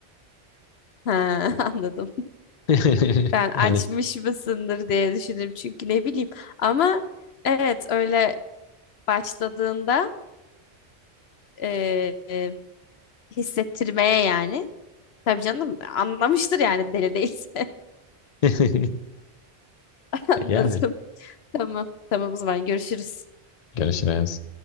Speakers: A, on the left (about 75°); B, on the left (about 45°).
A: Ha <laughs> anladım.
B: <laughs>
A: Ben açmış
B: Yani
A: mısındır diye düşündüm çünkü ne bileyim. Ama evet öyle başladığında e, e, hissettirmeye yani. Tabii canım anlamıştır yani deli değil.
B: <laughs>
A: Anladım.
B: yani
A: Tamam. Tamam o zaman görüşürüz.
B: Görüşürüz.